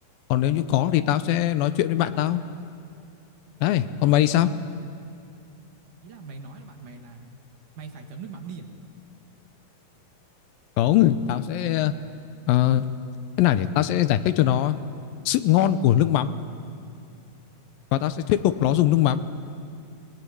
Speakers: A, on the left; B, on the right.
A: còn nếu như có thì tao sẽ nói chuyện với bạn tao đấy còn mày thì sao
B: là ý là mày nói là bạn mày là mày phải chấm nước mắm đi à,
A: không tao sẽ ờ, thế nào nhỉ ta sẽ giải thích cho nó sự ngon của nước mắm và ta sẽ thuyết
B: à
A: phục nó dùng nước mắm